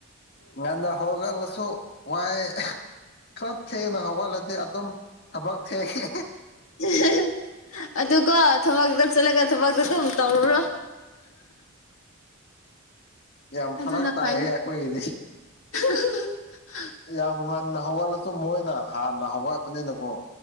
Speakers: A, on the left; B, on the left.
A: ꯉꯟꯅ ꯍꯧꯒꯠꯂꯁꯨ ꯋꯥꯏꯌꯦ ꯈꯔ ꯊꯦꯡꯅ ꯍꯧꯒꯠꯂꯗꯤ ꯑꯗꯨꯝ ꯊꯕꯛ ꯊꯦꯡꯉꯦ
B: <unintelligible> ꯑꯗꯨ ꯀꯣ ꯊꯕꯥꯛ ꯂꯧ ꯆꯠꯂꯒ ꯊꯕꯛꯇꯨ ꯑꯗꯨꯝ ꯇꯧꯔꯨꯔꯣ
A: ꯌꯥꯝ
B: ꯑꯗꯨꯅ
A: ꯐꯥꯔꯛ ꯇꯥꯏꯌꯦ
B: ꯐꯩ
A: ꯑꯩꯈꯣꯏꯒꯤꯗꯤ
B: <inaudible>
A: ꯌꯥꯝ ꯉꯟꯅ ꯍꯧꯒꯠꯂꯁꯨ ꯃꯣꯏꯅ ꯍꯥꯟꯅ ꯍꯧꯒꯠꯄꯅꯤꯅꯀꯣ